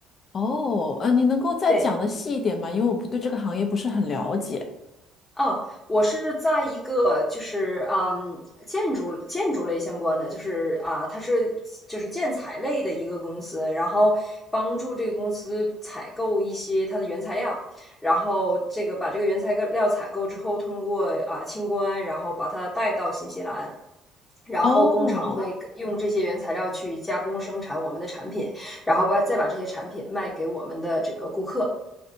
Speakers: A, on the left; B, on the left.
A: 哦，呃，你能够再讲的细一点吗？
B: 对，
A: 因为我不对这个行业不是很了解。
B: 哦，我是在一个就是，嗯，建筑建筑类相关的，就是啊，它是就是建材类的一个公司，然后帮助这个公司采购一些它的原材料，然后这个把这个原材料采购之后，通过啊清关，然后把它带到新西兰。然后工厂会用这些原材料去加工生产我们的产品，
A: 哦，
B: 然后把再把这些产品卖给我们的这个顾客。